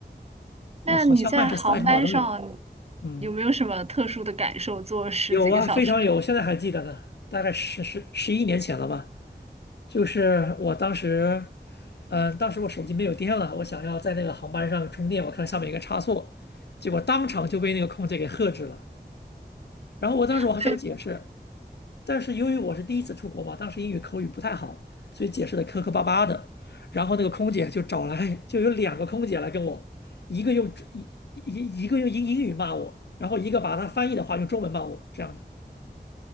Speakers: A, on the right; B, on the left.
A: 那你在航班上
B: 哦，好像曼彻斯特、爱丁堡都有。嗯。
A: 有没有什么特殊的感受？坐十几个小时
B: 有啊，非常有，我现在还记得呢，大概十十十一年前了吧。就是我当时，嗯、当时我手机没有电了，我想要在那个航班上充电，我看上面有个插座，结果当场就被那个空姐给喝止了。然后我当时我还想解释，
A: 的，对，
B: 但是由于我是第一次出国嘛，当时英语口语不太好，所以解释的磕磕巴巴的。然后那个空姐就找来，就有两个空姐来跟我，一个用一一一个用英英语骂我，然后一个把她翻译的话用中文骂我，这样的。